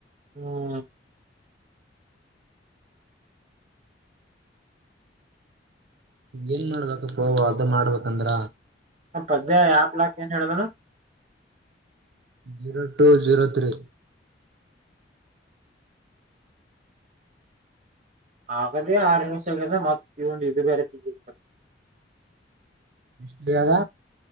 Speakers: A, on the right; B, on the right.
A: ಹ್ಮ್
B: ಏನ್ ಮಾಡ್ಬೇಕಪ್ಪವು ಅದ ಮಾಡ್ಬೇಕಂದ್ರ
A: ಆ ಪದ್ಯ ಆಪ್ ಲಾಕ್ ಏನ್ ಹೇಳ್ದನು
B: ಜಿರೋ ಟು ಜೀರೋ ತ್ರೀ
A: ಹಾಗದೇ ಆರು ನಿಮಿಷ ಆಗದ ಮತ್ ಇವಂದ್ ಇದು ಬೇರೆ ತಿಂಡಿ
B: ಇಷ್ಟೇ ಆದ